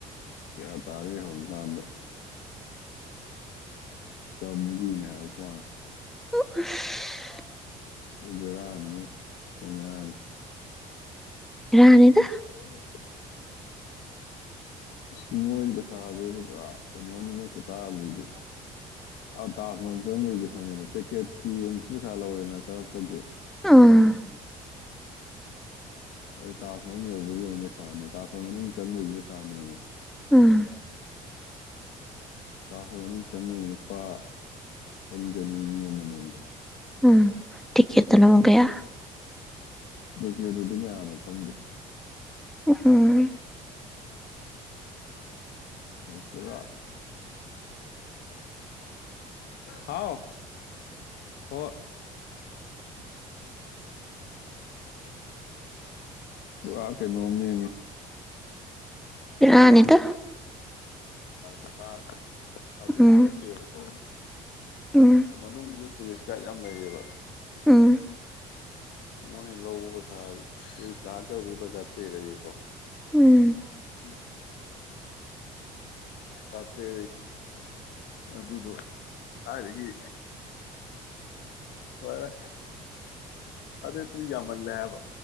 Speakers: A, on the left; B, in the centre.
A: ꯀꯌꯥ ꯇꯥꯔꯦ ꯍꯪꯉꯨ ꯀꯥꯟꯗ ꯆꯥꯝꯔꯤꯅꯦ ꯍꯥꯏꯔꯛꯄ ꯋꯥꯅꯤ
B: ꯎ ꯎꯁ
A: ꯄꯨꯔꯥ ꯕꯦꯔꯥꯅꯤꯕꫭ ꯃꫭꯏ ꯃꯌꯥꯡꯁꯦ
B: ꯕꯦꯔꯥꯅꯤꯗ
A: <inaudible> ꯑꯁ ꯃꯣꯏ ꯄꯩꯁꯥꯖꯦꯗꯤ ꯄꯨꯔꯥ ꯀꯩꯅꯣꯝꯅꯤ ꯃꯣꯏ ꯈꯨꯇꯥꯟꯖꯤꯗꯤ ꯑ ꯇꯥꯖ ꯃꯍꯜ ꯆꯪꯕꯩꯗꯤ ꯈꯪ ꯉꯦꯅ ꯇꯤꯀꯦꯠꯀꯤ ꯑꯃꯨꯛꯁꯨ ꯄꯩꯁꯥ ꯂꯧꯔꯦꯅ ꯆꯪꯉꯛꯄꯒꯤ
B: ꯎꯝ
A: ꯑꯗꯩꯗ ꯇꯥꯖ ꯃꯍꯜ ꯌꯦꯡꯕꯩ ꯑꯃꯨꯛ ꯄꯩꯁꯥꯅꯦ ꯇꯥꯖ ꯃꯍꯜ ꯃꯅꯨꯡ ꯆꯪꯕꯩꯖꯨ ꯄꯩꯁꯥꯅꯦꯃꯤ
B: ꯑꯥ
A: ꯇꯥꯖ ꯃꯍꯜ ꯃꯅꯨꯡ ꯆꯪꯕꯩꯅꯅ ꯂꯨꯄꯥ ꯆꯅꯤ ꯆꯅꯤ ꯅꯦ ꯃꯤ ꯑꯃꯃꯝꯗ
B: ꯎꯝ ꯇꯤꯀꯦꯠ ꯠꯇꯅꯧ ꯀꯌꯥ
A: ꯂꯩꯀꯦꯗꯨꯗꯤ ꯀꯥꯟꯅꯣ ꯈꯪꯗꯦ
B: ꯎꯝ
A: ꯄꯨꯔꯥ ꯍꯥꯎ ꯍ ꯄꯨꯥ ꯀ ꯃꯃꯤ
B: ꯑꯅꯤꯗ
A: ꯑ ꯁꯥ ꯑꯗꯨ ꯑꯗꯨꯁꯤꯅꯠꯇꯦꯕꯀꯣ
B: ꯎꯝ ꯎꯝ
A: ꯑꯣ ꯃꯅꯨꯡꯁꯤꯗ ꯇꯨꯔꯤꯁ ꯒꯥꯏꯗ ꯌꯥꯝ ꯂꯩꯌꯦꯕ
B: ꯎꯝ
A: ꯃꯣꯏꯅ ꯂꯧꯕ ꯄꯩꯁꯥ ꯑꯗꯨ ꯂꯥꯛꯇꯕ ꯆꯠꯇꯦꯗꯒꯤꯀꯣ
B: ꯎꯝ
A: <unintelligible> ꯁꯥꯇꯦ ꯃ ꯑꯗꯨꯗ ꯍꯥꯏꯔꯒꯤ ꯐꯔ ꯑꯗ ꯇ꯭ꯔꯤꯖꯥ ꯃꯜꯂꯕ